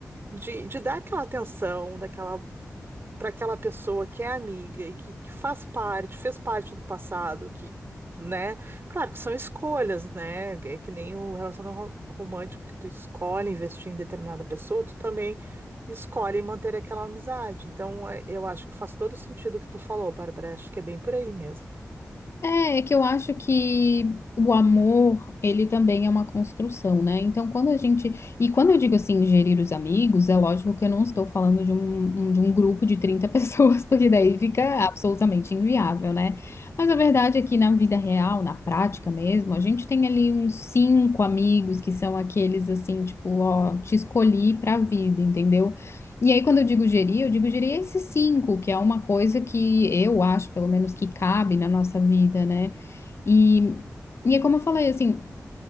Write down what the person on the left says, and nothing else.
É, é que eu acho que o amor, ele também é uma construção, né? Então, quando a gente. E quando eu digo assim, gerir os amigos, é lógico que eu não estou falando de um, um- de um grupo de 30 pessoas, <laughs> porque daí fica absolutamente inviável, né? Mas a verdade é que na vida real, na prática mesmo, a gente tem ali uns cinco amigos que são aqueles assim, tipo, ó, te escolhi pra vida, entendeu? E aí, quando eu digo gerir, eu digo gerir esses cinco, que é uma coisa que eu acho, pelo menos, que cabe na nossa vida, né? E, e é como eu falei, assim,